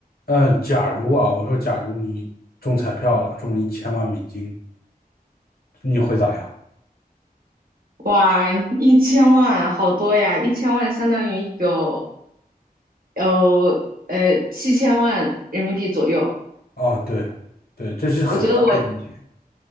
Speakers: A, on the left (about 70°); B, on the right (about 65°).
A: 呃，假如啊，我说假如你中彩票了，中了一千万美金，你会咋样？
B: 哇，一千万好多呀！一千万相当于有有呃七千万人民币左右。
A: 哦，对，对，这是很大的一笔钱。
B: 我觉得我